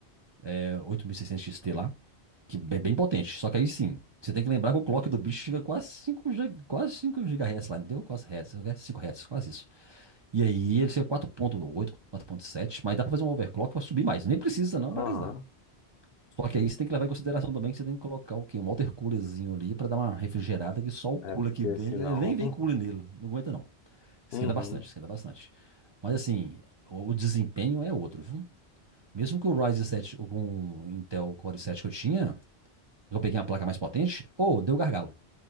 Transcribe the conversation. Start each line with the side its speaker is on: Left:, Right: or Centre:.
Right: é, 8600 XT lá, que é bem potente. Só que aí sim, você tem que lembrar que o clock do bicho chega quase cinco G- quase cinco GHz lá, entendeu? Quase Hz, 5 Hz, quase isso. E aí ele chega quatro ponto oito, quatro ponto sete, mas dá pra fazer um overclock pra subir mais. Nem precisa não,
Left: Aham.
Right: mas dá. Só que aí você tem que levar em consideração também que você tem que colocar o quê? Um water coolerzinho ali para dar uma refrigerada que só o cooler
Left: É porque
Right: que vem,
Left: senão.
Right: ele nem vem
Left: <laughs>
Right: cooler nele, não aguenta não. Esquenta
Left: Uhum.
Right: bastante, esquenta bastante. Mas assim, o, o desempenho é outro, viu? Mesmo que o Ryzen 7 o- com o Intel Core 7 que eu tinha, eu peguei uma placa mais potente, ou deu gargalo.